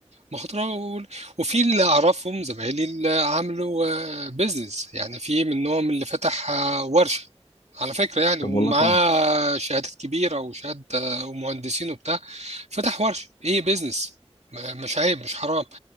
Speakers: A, on the right; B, on the left.
A: مخاطرة وال- وفي اللي أعرفهم زمايلي اللي عملوا بيزنس يعني في منهم اللي فتح آه، ورشة على فكرة يعني
B: طب
A: ومعاه
B: والله كويس
A: شهادات كبيرة وشهادة آه، ومهندسين وبتاع فتح ورشة إيه بيزنس م- مش عيب مش حرام